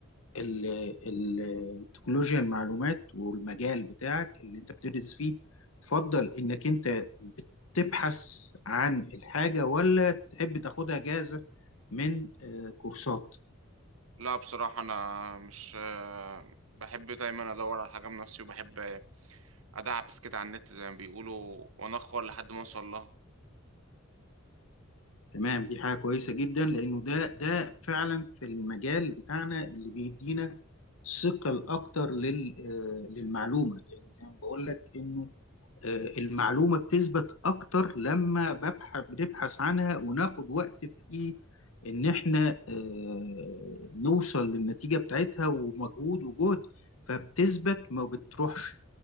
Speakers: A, on the left; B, on the right.
A: ال- ال- التكنولوجيا المعلومات والمجال بتاعك اللي انت بتدرس فيه تفضل انك انت بتبحث عن الحاجة ولا تحب تاخدها جاهزة من آه، كورسات
B: لا بصراحه انا مش آه، بحب دايما ادور على حاجه بنفسي وبحب ادعبس كده على النت زي ما بيقولوا وانخر لحد ما اوصل لها
A: تمام دي حاجة كويسة جدا لانه ده ده فعلا في المجال بتاعنا اللي بيدينا ثقل اكتر لل- آه، للمعلومة لان زي ما بقول لك انه آه، المعلومة بتثبت أكتر لما ببحث بنبحث عنها وناخد وقت في إيه إن إحنا آه، نوصل للنتيجة بتاعتها ومجهود وجهد فبتثبت ما بتروحش